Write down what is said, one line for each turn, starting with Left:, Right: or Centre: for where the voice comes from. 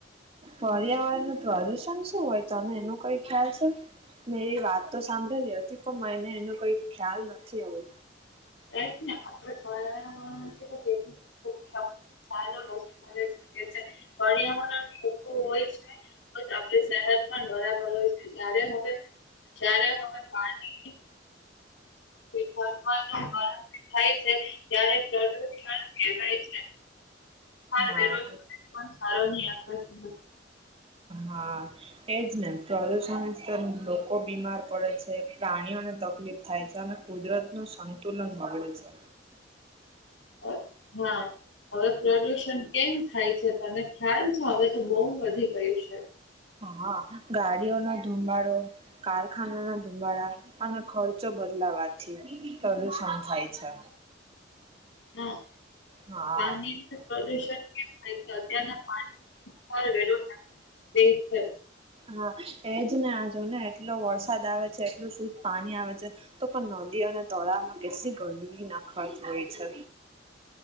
Right: પર્યાવરણનું પ્રદુષણ શું હોય તને એનો કઈ ખ્યાલ છે? મેરી વાત તો સાંભળેલીયો અતી પણ મને એનો કઈ ખ્યાલ નથી એવો.
Left: એ જ ને આપડે પર્યાવરણથી તો કેટલું <unintelligible> <unintelligible> પરિયાવરણ <unintelligible> હોય છે તોજ આપણી સેહત પણ બરાબર હોય છે જ્યારે હવે જ્યારે હવે પાણી <unintelligible> થાય છે ત્યારે પ્રદૂષણ કહેવાય છે. હર
Right: હા
Left: બરોજગાર પણ સારો ની <unintelligible>
Right: હા. એજ ને પ્રદુષણ સ્તર લોકો બીમાર પડે છે, પ્રાણીઓને તકલીફ થાય છે અને કુદરતનું સંતુલન બગડે છે.
Left: હા, હા. હવે પ્રદુષણ કેમ થાય છે તને ખ્યાલ છે? હવે તો બહું વધી ગયું છે.
Right: હા, ગાડીઓના ધુમાડો, કારખાનાના ધુમાડા અને ખર્ચો બદલાવાથી પ્રદુષણ થાય છે
Left: ના,
Right: હા
Left: પાણીનું પ્રદુષણને નઈતો અત્યારના પાણી વેરો નાખી દેય છે
Right: હા, એજ ને આ જો ને એટલો વરસાદ આવે છે એટલું શુદ્ધ પાણી આવે છે તો પણ નદી અને તળામાં ગેસલી ગંદગી નાખવાતી હોય છે.